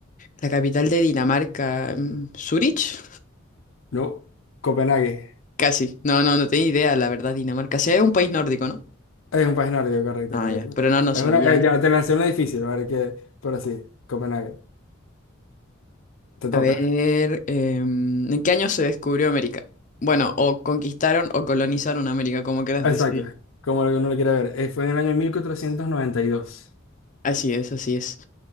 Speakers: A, on the left; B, on the left.
A: la capital de Dinamarca, mm, Zurich.
B: No, Copenhague.
A: Casi. No, no, no tenía idea, la verdad, Dinamarca. Sí, es un país nórdico, ¿no?
B: Es un país nórdico, correcto,
A: Ah,
B: correcto.
A: ya. Pero no, no
B: Es
A: sabía.
B: una, eh, ya te lancé una difícil, ¿vale? Que, pero sí, Copenhague. Te
A: A
B: toca.
A: ver, em, ¿en qué año se descubrió América? Bueno, o conquistaron o colonizaron América, como quieras
B: Exacto,
A: decir.
B: como lo que uno lo quiere ver. Eh, fue en el año 1492.
A: Así es, así es.